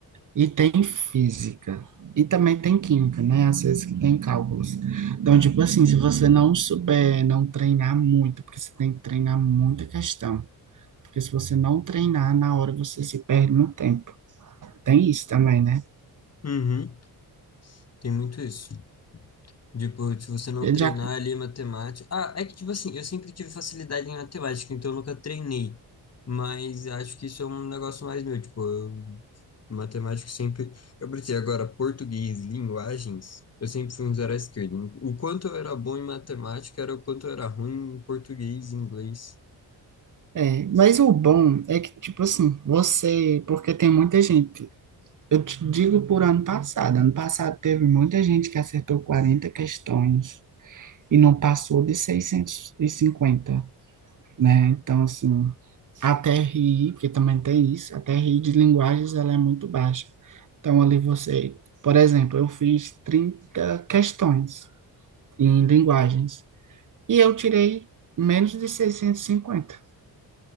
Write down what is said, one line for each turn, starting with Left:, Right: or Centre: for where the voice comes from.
Right: E tem física. E também tem química, né? Às vezes que tem cálculos. Então, tipo assim, se você não souber, não treinar muito, porque você tem que treinar muita questão. Porque se você não treinar, na hora você se perde no tempo. Tem isso também, né?
Left: Uhum, tem muito isso. Tipo, se você não
Right: Eu
Left: treinar
Right: já,
Left: ali matemática. Ah, é que, tipo assim, eu sempre tive facilidade em matemática, então eu nunca treinei. Mas acho que isso é um negócio mais meu. Tipo, eu- matemática sempre. Eu preciso agora, português, linguagens, eu sempre fui um zero à esquerda. O quanto eu era bom em matemática era o quanto eu era ruim em português e inglês.
Right: é, mas o bom é que, tipo assim, você. Porque tem muita gente. Eu te digo por ano passado. Ano passado teve muita gente que acertou 40 questões e não passou de seiscentos e cinquenta né? Então, assim, a TRI, porque também tem isso, a TRI de linguagens ela é muito baixa. Então, ali você, por exemplo, eu fiz 30 questões em linguagens e eu tirei menos de seiscentos e cinquenta